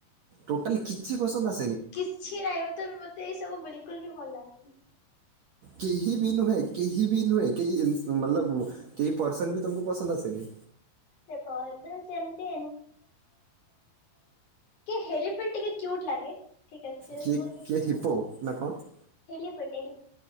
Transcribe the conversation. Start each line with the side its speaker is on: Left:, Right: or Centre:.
Right: ଟୋଟାଲ କି- କିଛି ପସନ୍ଦ ଆ-
Left: କିଛି ନାହିଁ ମୋତେ ମୋତେ ଏଇ ସବୁ ବିଲକୁଲ ବି ଭଲ ଲାଗେନି
Right: କେହି ବି ନୁହେଁ କେହି ବି ନୁହେଁ କେହି <unintelligible> କେହି ପରସନ ବି ତମକୁ ପସନ୍ଦ ଆସେନି
Left: ସେ <unintelligible> ମୋତେ ଟିକେ ହେଲିପେଟ ଟିକେ କ୍ୟୁଟ୍ ଲାଗେ ଠିକ ଅ
Right: କିଏ କିଏ ହିବ ନା କଣ
Left: ହେଲିପେଟେ